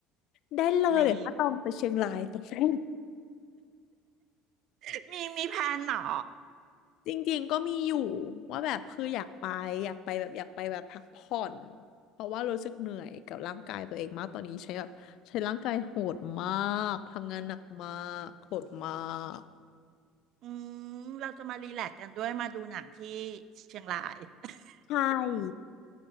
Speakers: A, on the left; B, on the right.
A: ได้เลยเดี๋ยวถ้าตองไปเชียงรายตองได้
B: นี่ <laughs> มีมีแพลนเหรอ
A: จริงๆก็มีอยู่ว่าแบบคืออยากไปอยากไปแบบอยากไปแบบพักผ่อนเพราะว่ารู้สึกเหนื่อยกับร่างกายตัวเองมากตอนนี้ใช้แบบใช้ร่างกายโหดมากทำงานหนักมากโหดมาก
B: อืมเราจะมารีแลกซ์กันด้วยมาดูหนังที่เชียงราย <laughs>
A: ใช่